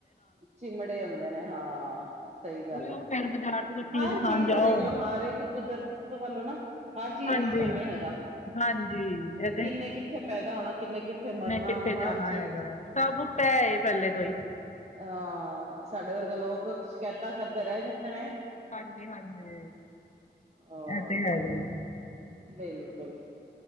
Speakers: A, on the right; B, on the left.
A: ਚਿਮੜੇ ਆਉਂਦੇ ਨੇ ਹਾਂ। ਸਹੀ ਗੱਲ
B: ਉਹ
A: ਐ,
B: ਫੇਰ ਬਾਜ਼ਾਰ ਚ ਕੁਛ
A: ਹਰ
B: ਖਾਣ
A: ਚੀਜ਼
B: ਜਾਓ
A: ਆ ਦਾ ਦੇਖ ਲੋ ਹਰ ਇੱਕ ਕੁਦਰਤ ਵੱਲੋਂ ਨਾ ਹਰ ਚੀਜ਼
B: ਹਾਂਜੀ
A: ਦਾ ਇੱਕ ਸਮੇਂ ਹੈਗਾ।
B: ਹਾਂਜੀ ਐ
A: ਕਿੰਨੇ ਕਿੱਥੇ ਪੈਦਾ ਹੋਣਾ ਕਿੰਨੇ ਕਿੱਥੇ ਮਰਨਾ
B: ਕਿੱਥੇ
A: ਹਰ
B: ਜਾਣਾ
A: ਚੀਜ਼
B: ਹੈਗਾ
A: ਐ।
B: ਹੈ, ਸਭ ਪੈ ਐ ਪਹਿਲੇ ਤੋਂ ਹੀ।
A: ਹਾਂ ਸਾਡੇ ਵਰਗਾ ਲੋਕ ਸ਼ਿਕਾਇਤਾਂ ਕਰਦੇ ਰਹਿ ਜਾਂਦੇ ਨੇ।
B: ਹਾਂਜੀ-ਹਾਂਜੀ,
A: ਅ
B: ਇਦਾ ਹੀ ਹੈਗਾ ਏ।
A: ਬਿਲਕੁਲ,